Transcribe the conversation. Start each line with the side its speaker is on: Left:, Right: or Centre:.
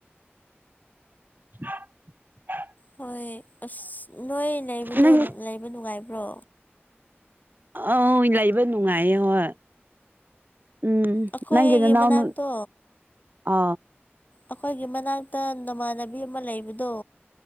Right: <unintelligible>
Left: ꯍꯣꯏ ꯑꯁ ꯅꯣꯏ ꯂꯩꯕꯗꯣ
Right: ꯅꯪ
Left: ꯅꯨ ꯂꯩꯕ ꯅꯨꯡꯉꯥꯏꯕ꯭ꯔꯣ
Right: ꯑꯥꯎ ꯂꯩꯕ ꯅꯨꯡꯉꯥꯏꯌꯦ ꯍꯣꯏ ꯎꯝ
Left: ꯑꯩꯈꯣꯏꯒꯤ
Right: ꯅꯪꯒꯤ ꯅꯅꯥꯎꯅꯨ
Left: ꯃꯅꯥꯛꯇꯣ
Right: ꯑ
Left: ꯑꯈꯣꯏꯒꯤ ꯃꯅꯥꯛꯇ ꯅꯃꯥꯟꯅꯕꯤ ꯑꯃ ꯂꯩꯕꯗꯣ